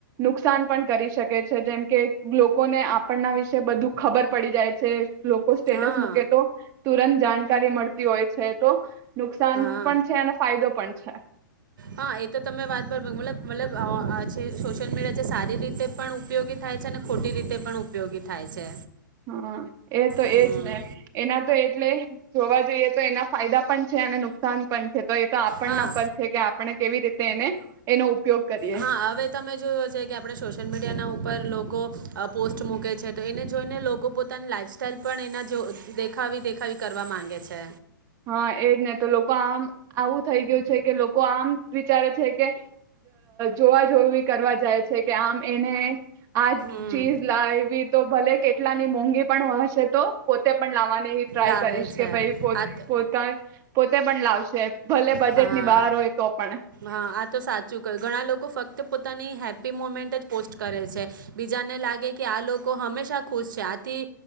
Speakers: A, on the right; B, on the right.
A: નુકસાન પણ કરી શકે છે, જેમ કે લોકોને આપણના વિશે બધું ખબર પડી જાય છે, લોક સ્ટેટસ
B: હા
A: મૂકે તો તુરંત જાણ કરી મળતી હોય છે, તો નુકસાન
B: હા,
A: પણ છે અને ફાયદો પણ છે
B: હા, એતો તમે વાત પર મતલબ મતલબ આજે સોશિયલ મીડિયા જે સારી રીતે પણ ઉપયોગી થાય છે અને ખોટી રીતે પણ ઉપયોગી થાય છે.
A: હા, એતો
B: હમ
A: એજ ને એના તો એટલે જોવા જઈએ તો એના ફાયદા પણ છે અને નુકસાન પણ છે. તો એતો આપણના
B: હા
A: પર છે, કે આપણે કેવી રીતે એને એનો ઉપયોગ કરીએ.
B: હા, હવે તમે જોયુ હશે કે આપણે સોશિયલ મીડિયા ના ઉપર લોકો પોસ્ટ મૂકે છે તો એને જોઈને લોકો પોતાની લાઈફ સાઈલ પણ એના દેખાવી દેખી કરવા માંગે છે.
A: હા, એજ ને તો લોકો આમ આવું થઈ ગયું છે કે લોકો આમ વિચારે છે કે જોવા જોવી કરવા જાય છે, કે આમ એને આ
B: હમ
A: ચીજ લાઇવી તો ભલે કેટલાની મોંઘી પણ હશે તો પોતે પણ લાવવાની. ટ્રાય
B: લાવે
A: કરીશ
B: છે
A: કે ભાઈ પોત
B: આ ત-
A: પો પોતે પણ લાવશે. ભલે બજેટની
B: હા,
A: બહાર હોય તો પણ
B: હા, આતો સાચું કર ઘણા લોકો ફક્ત પોતાની હેપ્પી મુમેન્ટ જ પોસ્ટ કરે છે, બીજાને લાગે કે આ લોકો હંમેશા ખુશ છે, આથી